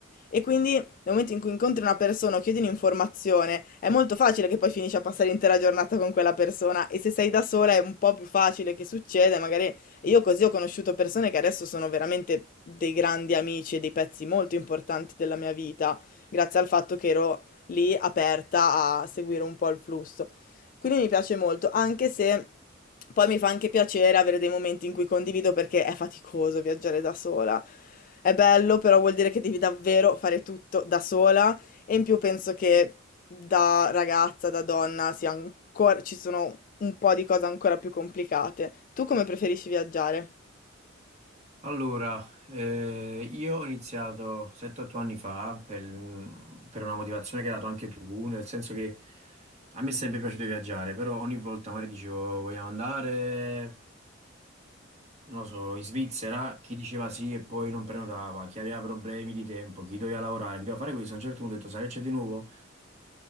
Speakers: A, on the left; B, on the right.
A: E quindi nel momento in cui incontri una persona o chiedi un'informazione, è molto facile che poi finisci a passare l'intera giornata con quella persona e se sei da sola è un po' più facile che succeda, magari io così ho conosciuto persone che adesso sono veramente dei grandi amici e dei pezzi molto importanti della mia vita, grazie al fatto che ero lì aperta a seguire un po' il flusso. Quindi mi piace molto, anche se poi mi fa anche piacere avere dei momenti in cui condivido perché è faticoso viaggiare da sola. È bello, però vuol dire che devi davvero fare tutto da sola e in più penso che da ragazza, da donna, sia ancora, ci sono un po' di cose ancora più complicate. Tu come preferisci viaggiare?
B: Allora, eh, io ho iniziato 7-8 anni fa per, per una motivazione che hai dato anche tu, nel senso che a me è sempre piaciuto viaggiare, però ogni volta magari dicevo vogliamo andare. non lo so, in Svizzera chi diceva sì e poi non prenotava, chi aveva problemi di tempo, chi doveva lavorare, chi doveva fare questo, a un certo punto ho detto, sai che c'è di nuovo?